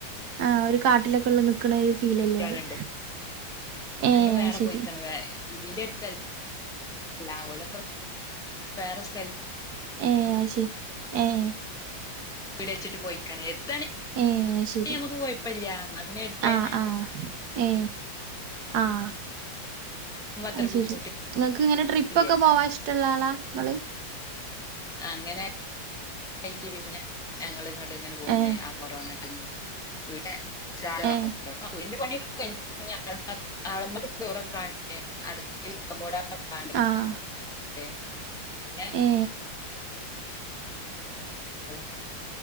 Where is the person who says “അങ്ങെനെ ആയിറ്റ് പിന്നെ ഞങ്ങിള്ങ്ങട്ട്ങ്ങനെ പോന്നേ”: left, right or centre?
Centre